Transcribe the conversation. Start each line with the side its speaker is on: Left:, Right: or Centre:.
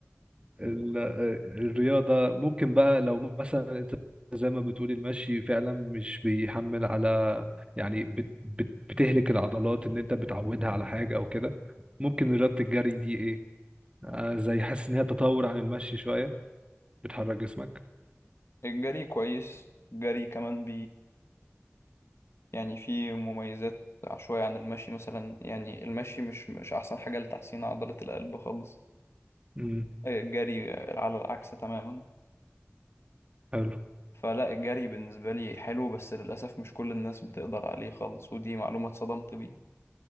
Right: ال- الرياضة ممكن بقى لو مثلا انت زي ما بتقولي المشي فعلا مش بيحمل على يعني بت بت بتهلك العضلات ان انت بتعودها على حاجة او كده ممكن رياضة الجري دي ايه آه زي حاسس ان هي تطور عن المشي شوية بتحرك جسمك
Left: الجري كويس الجري كمان يعني في مميزات شوية عن المشي مثلا يعني المشي مش مش أحسن حاجة لتحسين عضلة القلب خالص
Right: امم
Left: آه، الجري على العكس تماما
Right: حلو
Left: فلا الجري بالنسبة لي حلو بس للأسف مش كل الناس بتقدر عليه خالص ودي معلومة اتصدمت بيها